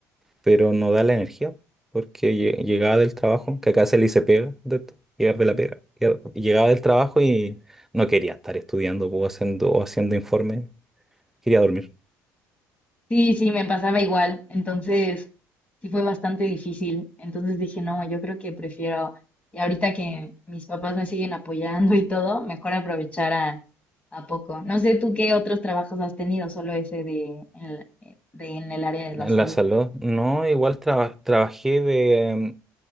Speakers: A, in the centre; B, on the left.
A: pero no da la energía porque lle- llegaba del trabajo, que acá se le dice pega, de esto, llegar de la pega. Llega- Llegaba del trabajo y no quería estar estudiando po, haciendo, o haciendo informes Quería dormir.
B: Sí, sí, me pasaba igual. Entonces, sí fue bastante difícil. Entonces dije, no, yo creo que prefiero, y ahorita que mis papás me siguen apoyando y todo, mejor aprovechar a, a poco. No sé tú qué otros trabajos has tenido, solo ese de, el- de en el área de
A: la
B: la salud.
A: salud, no, igual traba- trabajé de... em,